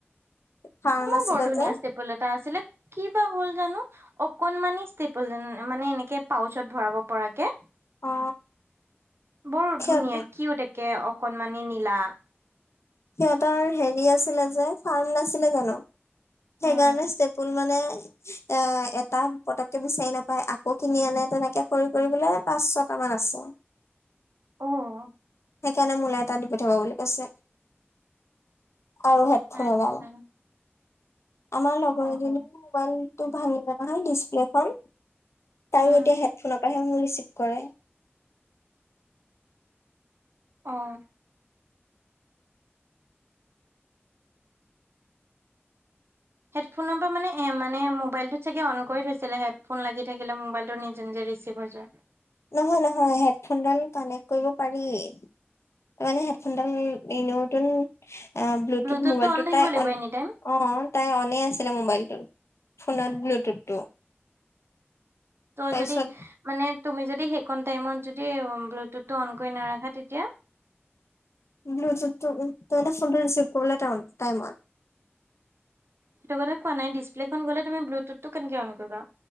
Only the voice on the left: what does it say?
ফাৰ্ম
আছিলে
যে
অ
সিহঁত
সিহঁতৰ হেৰি আছিলে যে, ফাৰ্ম নাছিলে জানো?
সেইকাৰণে ষ্টেপুল মানে। এ, এটা পতককে বিচাৰি নাপায়। আকৌ কিনি আনে তেনেকে কৰি কৰি বোলে পাঁচ ছটা মান আছে।
সেইকাৰণে মোল এটা দি পঠাব বুলি কৈছে। আৰু হেডফোন
এডাল। আমাৰ লগৰ
এজনীও মোবাইল টো ভাঙি পেলই দিছ। এখন। তাইও
এতিয়া হেডফোনৰ পৰাহে মোৰ ৰিচিপ। কৰে।
নহয় নহয়, হেডফোনডাল কানেক্ট কৰিব পাৰি ত মানে হেডফোনডাল নতুন। অ, ব্লুটুথ
মোবাইলটো
তাই
অ তাই অনেই আছিলে মোবাইলটোত। ফোনত ব্লুটুথটো।
তাৰপিছত
ব্লুটুথ উম ফোনটো ৰিচিভ। টাউন টাইমত।